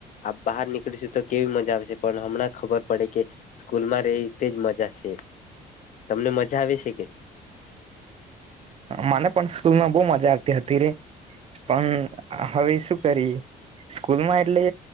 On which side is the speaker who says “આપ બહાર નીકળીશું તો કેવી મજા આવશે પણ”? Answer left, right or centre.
Left